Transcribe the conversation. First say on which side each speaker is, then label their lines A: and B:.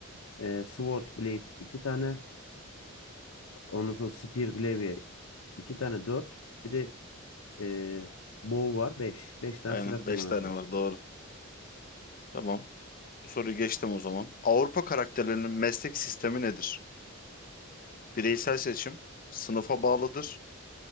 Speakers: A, on the left; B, on the left.
A: e, Sword Blade 2 tane Ondan sonra Spear Glaive iki tane dört, Bir de e, Bow var 5, 5 tane
B: Aynen.
A: silah kullanabilir.
B: Beş tane var. Doğru. Tamam. Bu soruyu geçtim o zaman. Avrupa karakterlerinin meslek sistemi nedir? Bireysel seçim. Sınıfa bağlıdır.